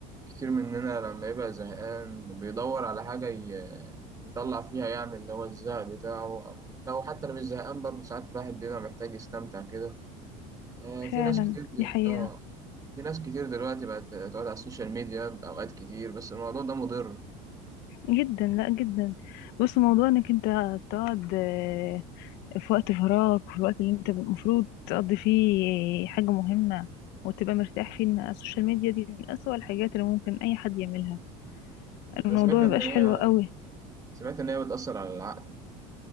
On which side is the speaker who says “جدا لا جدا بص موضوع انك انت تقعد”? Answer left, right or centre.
Left